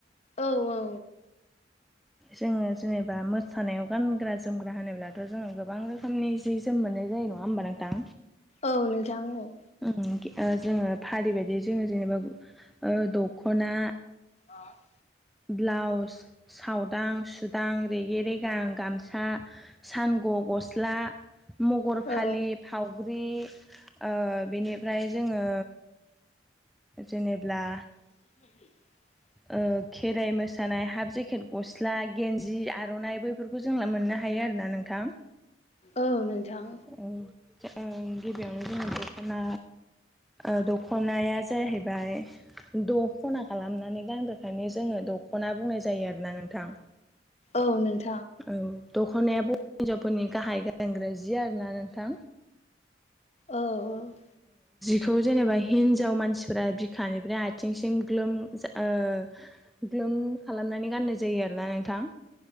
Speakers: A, on the left; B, in the centre.
A: औ औ।
B: जोङो जेनेबा मो सानायाव गानग्रा जोमग्रा होनोब्लाथ' जोङो गोबां रोखोमनि जि जोम मोननाय जायो नङा होमबा नोंथां।
A: औ नोथां औ।
B: ओ जोङो फारि बायदि जोङो जेनेबा ओ दख'ना
A: बा <unintelligible>
B: ब्लाउस सावदां सुदां रेगे रेगां गामसा सानग' गस्ला मगर फालि
A: औ
B: फाव फग्रि ओ बेनिफ्राय जोङो जेनेब्ला
A: <inaudible>
B: ओ खेराइ मोसानाय हाफ जेकेट गस्ला गेन्जि आर'नाइ बैफोरखौ जों मोननो हायो आरोना नोंथां
A: औ नोंथां
B: <unintelligible> गिबियावनो जोंयो दख'ना ओ दख'नाया जाहैबाय दख'ना खालामनानै <unintelligible> दख'ना बुंनाय जायो आरोना नोंथां
A: औ नोंथां
B: औ दख'नाया बर हिनजावफोरनि गाहाय गानग्रा जि आरोना नोंथां
A: औ औ
B: खौ जेनेबा हिनजाव मानसिफोरा बिखानिफ्राय आ थिंसिम ग्लोम ओ ग्लोम खालामनानै गाननाय जायो आरोना नोंथां।